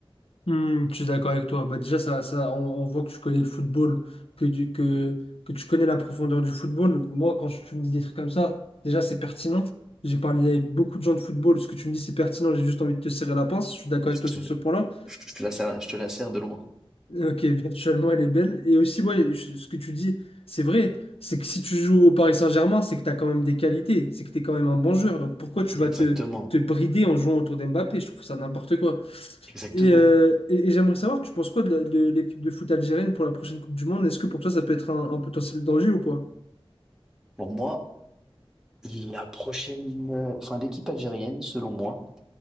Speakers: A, on the left; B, in the centre.
A: Hmm, je suis d'accord avec toi. Bah, déjà, ça, ça, on, on voit que tu connais le football, que tu, que, que tu connais la profondeur du football. Moi, quand je- tu me dis des trucs comme ça, déjà, c'est pertinent. J'ai parlé avec beaucoup de gens de football. Ce que tu me dis, c'est pertinent. J'ai juste envie de te serrer la pince. Je suis d'accord
B: Je
A: avec toi
B: te,
A: sur ce point-là.
B: je te la serre, je te la sers de loin.
A: Euh, Ok, virtuellement, elle est belle. Et aussi, ouais, je- ce que tu dis, c'est vrai. C'est que si tu joues au Paris Saint-Germain, c'est que tu as quand même des qualités. C'est que tu es quand même un bon joueur. Donc, pourquoi tu vas
B: Exactement,
A: te, te brider en jouant autour d'Mbappé? Je trouve ça n'importe quoi.
B: exactement.
A: Et, euh, et, et j'aimerais savoir, tu penses quoi de la- de l'équipe de foot algérienne pour la prochaine Coupe du Monde? Est-ce que pour toi ça peut être un, un potentiel danger ou pas?
B: Pour moi, La prochaine, euh, enfin l'équipe algérienne, selon moi,